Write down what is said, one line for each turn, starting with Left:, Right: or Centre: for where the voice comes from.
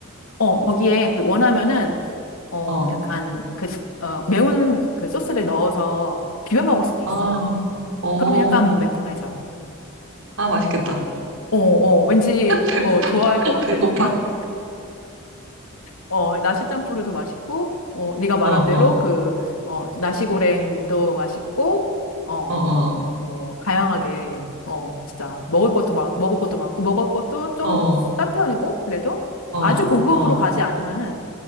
Left: 어, 거기에 그 원하면은, 어,
Right: 어,
Left: 약간 그, 스- 어, 매운 그 소스를 넣어서 비벼 먹을 수도 있어.
Right: 아, 오,
Left: 그러면 약간 매콤해져.
Right: 아, 맛있겠다.
Left: 어, 어, 왠지,
Right: <laughs> 배고파,
Left: 어, 좋아할 것 같아,
Right: <laughs> 배고파.
Left: 내가. 어, 나시짬뽕도 맛있고, 어, 네가 말한
Right: 어, 어,
Left: 대로 그, 어, 나시고랭도 맛있고, 어,
Right: 어, 어,
Left: 뭐, 다양하게, 어, 진짜, 먹을 것도, 마, 먹을 것도 많고, 먹을 것도 좀
Right: 어,
Left: 싼 편이고, 그래도
Right: 어,
Left: 아주 고급으로
Right: 어,
Left: 가지 않으면은